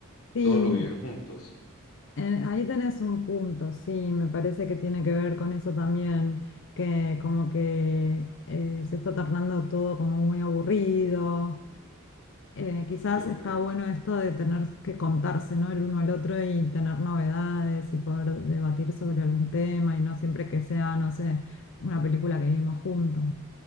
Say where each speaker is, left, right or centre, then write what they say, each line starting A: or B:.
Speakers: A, on the left; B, on the left.
A: Sí,
B: Todo lo viven juntos.
A: En- Ahí tenés un punto, sí, me parece que tiene que ver con eso también, que como que eh, se está tornando todo como muy aburrido. Eh, quizás
B: Correcto.
A: está bueno esto de tener que contarse, ¿no? El uno al otro y tener novedades y poder debatir sobre algún tema y no siempre que sea, no sé, una película que vimos juntos.